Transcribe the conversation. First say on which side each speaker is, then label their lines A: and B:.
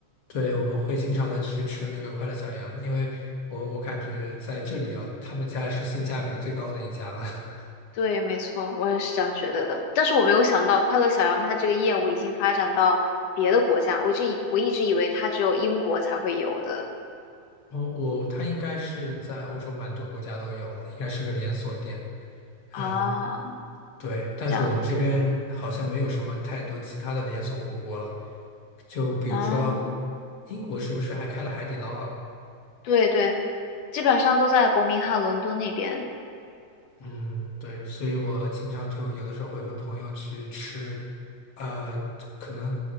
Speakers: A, on the left; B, on the left.
A: 对，我们会经常的去吃那个快乐小羊，因为我我感觉在这里啊，他们家是性价比最高的一家了。<laughs>
B: 对，没错，我也是这样觉得的。但是我没有想到，快乐小羊它这个业务已经发展到别的国家，我就以我一直以为它只有英国才会有的
A: 我我他应该是在欧洲蛮多国家都有的，应该是个连锁店。
B: 啊，
A: 嗯，对，但是我们这边好像没有什么太多其他的连锁火锅了。
B: 这样子
A: 就比如说，
B: 啊，
A: 英国是不是还开了海底捞啊？
B: 对对，基本上都在伯明翰、伦敦那边。
A: 嗯，对，所以我经常就有的时候会和朋友去吃，呃，可能